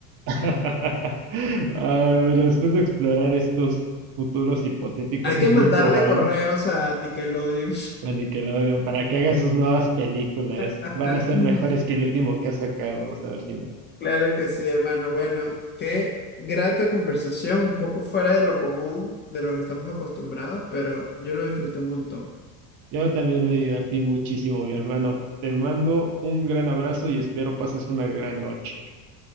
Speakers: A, on the right; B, on the left.
A: <laughs> Ah, bueno, después de explorar estos futuros hipotéticos
B: Hay que
A: y muy
B: mandarle
A: probables
B: correos a Nickelodeon.
A: a Nickelodeon para que haga sus nuevas películas,
B: <laughs>
A: van a ser mejores que el último que ha sacado, vamos a ver si no.
B: Claro que sí, hermano. Bueno, qué grata conversación, un poco fuera de lo común, de lo que estamos acostumbrados, pero yo lo disfruté un montón.
A: Yo también me divertí muchísimo, mi hermano. Te mando un gran abrazo y espero pases una gran noche.